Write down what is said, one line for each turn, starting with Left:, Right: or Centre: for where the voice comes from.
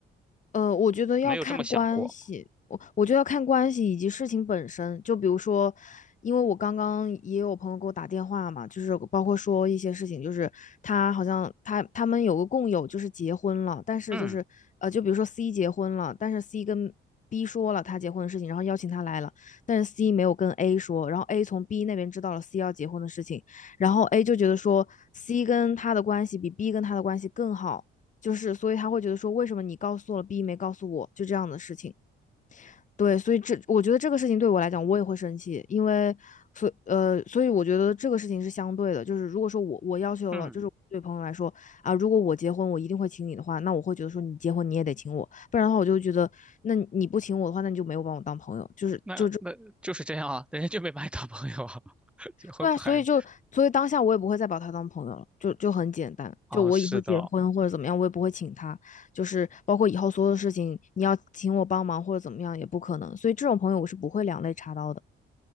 Left: 呃，我觉得要看关系，
Centre: 没有这么想过。
Left: 我我觉得要看关系以及事情本身。就比如说，因为我刚刚也有朋友给我打电话嘛，就是包括说一些事情，就是他好像他他们有个共有，就是结婚了，但是就是呃，
Centre: 嗯
Left: 就比如说 C 结婚了，但是 C 跟 B 说了他结婚的事情，然后邀请他来了，但是 C 没有跟 A 说，然后 A 从 B 那边知道了 C 要结婚的事情，然后 A 就觉得说 C 跟他的关系比 B 跟他的关系更好。就是所以他会觉得说，为什么你告诉我了 B 没告诉我，就这样的事情。对，所以这我觉得这个事情对我来讲，我也会生气，因为所呃，所以我觉得这个事情是相对的，就是如果说我我要求了，
Centre: 嗯，
Left: 就是对朋友来说啊，如果我结婚我一定会请你的话，那我会觉得说你结婚你也得请我，不然的话我就觉得那你不请我的话，那你就没有把我当朋友，就是就这
Centre: 那那就是这样啊，人家就没把你当朋友啊，<laughs> 结婚不还
Left: 对啊，所以就所以当下我也不会再把他当朋友了，就就很简单。
Centre: 啊？
Left: 就我以后结婚或者怎么样，
Centre: 是的，
Left: 我也不会请他，就是包括以后所有的事情，你要请我帮忙或者怎么样也不可能。所以这种朋友我是不会两肋插刀的。